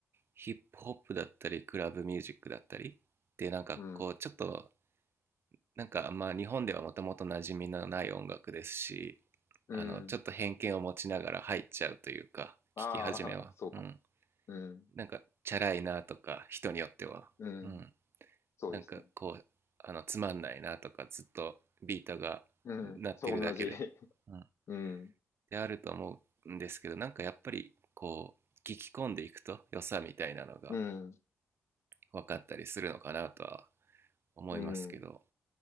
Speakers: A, on the right (about 55°); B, on the left (about 65°).
A: ヒップホップだったり、クラブミュージックだったりでなんかこう、
B: うん、
A: ちょっと、なんかまあ日本ではもともと馴染みのない音楽ですし、
B: うん。
A: あの、ちょっと偏見を持ちながら入っちゃうというか、
B: ああ、
A: 聞き始めは。
B: そうかも。
A: うん。
B: うん、
A: なんか、チャラいなとか、人によっては。
B: うん、
A: うん。
B: そうですね。
A: なんかこう、あの、つまんないなとか、ずっとビートが鳴ってるだけで。
B: うん、そう、同じ。<laughs>
A: うん。
B: うん、
A: であると思うんですけどなんかやっぱりこう聞き込んでいくと良さみたいなのが
B: うん、
A: 分かったりするのかなとは思いますけど
B: うん、